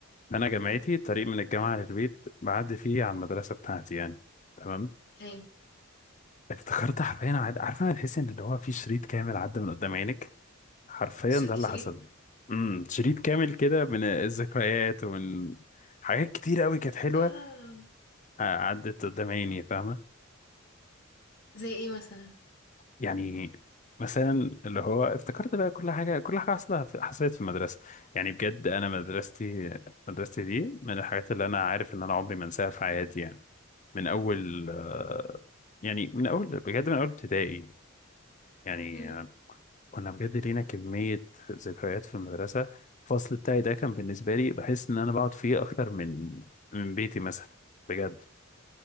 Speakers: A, on the left (about 35°); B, on the left (about 55°).
A: أنا جامعتي
B: امم
A: الطريق من الجامعة للبيت بعدي فيه على المدرسة بتاعتي يعني تمام
B: ايه
A: افتكرت حرفيا عاد- عارفة أنا تحس إن اللي هو في شريط كامل عدى من قدام عينك حرفيا
B: ش-
A: ده اللي
B: شريط
A: حصل امم شريط كامل كده من الذكريات ومن حاجات كتير أوي كانت حلوة
B: اه
A: آه، عدت قدام عيني فاهمة
B: زي ايه مثلا
A: يعني مثلا اللي هو افتكرت بقى كل حاجه كل حاجه حصلها في- حصلت في المدرسه يعني بجد انا مدرستي مدرستي دي من الحاجات اللي انا عارف ان انا عمري ما انساها في حياتي يعني من اول آه، يعني من اول بجد من اول ابتدائي يعني
B: امم
A: آه، كنا بجد لينا كميه ذكريات في المدرسه الفصل بتاعي ده كان بالنسبه لي بحس ان انا بقعد فيه اكتر من من بيتي مثلا بجد